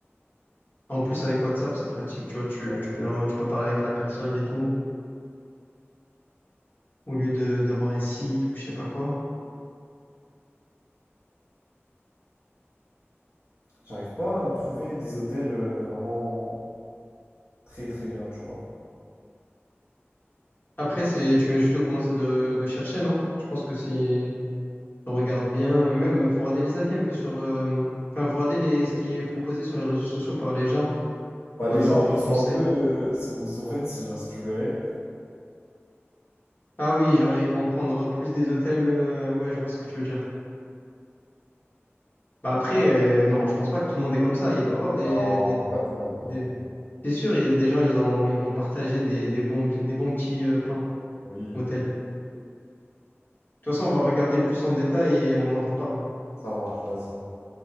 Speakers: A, on the left; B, on the left.
A: En plus, avec WhatsApp, c'est pratique. Tu vois, tu,
B: Ouais,
A: tu peux,
B: de ouf.
A: l'en- tu peux parler avec la personne et tout. au lieu de d'avoir un site ou je sais pas quoi.
B: J'arrive pas à trouver des hôtels euh, vraiment très très bien, tu vois.
A: Après, c'est, tu viens juste de commencer de, de chercher, non? Je pense que si on regarde bien, et même, faut regarder les avis un peu sur, euh, enfin, faut regarder les, ce qui est proposé sur les réseaux sociaux par les gens.
B: Bah,
A: C'est quoi
B: les
A: leur
B: gens, après,
A: euh,
B: ils
A: conseil?
B: sont un Euh, peu euh, sont, sont fancy, hein, si tu verrais.
A: Ah oui, genre, ils vont prendre plus des hôtels. euh, ouais, je vois ce que tu veux dire. Bah après, euh, non, je pense pas que tout le monde est comme ça. Il doit y avoir des,
B: Non,
A: des,
B: bah, pas tout le monde, pas
A: des...
B: tout le monde.
A: C'est sûr, il y a des gens, ils ont, ils vont partager des, des bons, des bons petits euh, plans
B: Oui,
A: hôtels. De toute façon, on va regarder plus en détail et on en reparle.
B: ça marche, vas-y.